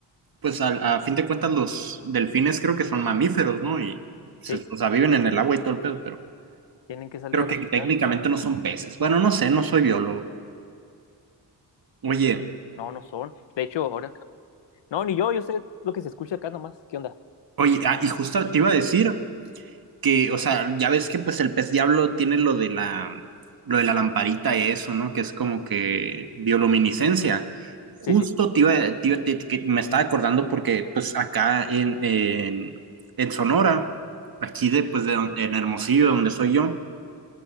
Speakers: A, on the right; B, on the left.
A: pues al- a, fin de cuentas los delfines creo que son mamíferos, ¿no? Y se-
B: Sí,
A: o sea, viven en el agua y todo el pedo, pero
B: tienen que salir
A: creo
B: a respirar.
A: que técnicamente
B: No,
A: no son peces. Bueno, no sé, no soy biólogo. Oye,
B: no, no son. De hecho, ahora. No, ni yo, yo sé lo que se escucha acá nomás. ¿Qué onda?
A: oye, ah, y justo te iba a decir. que, o sea, ya ves que pues el pez diablo tiene lo de la, lo de la lamparita y eso, ¿no? Que es como que bioluminiscencia. Justo
B: Sí, sí,
A: te iba, te iba- te- que me estaba acordando porque pues acá en, en, en Sonora, aquí de, pues, de, don- en Hermosillo, donde soy yo,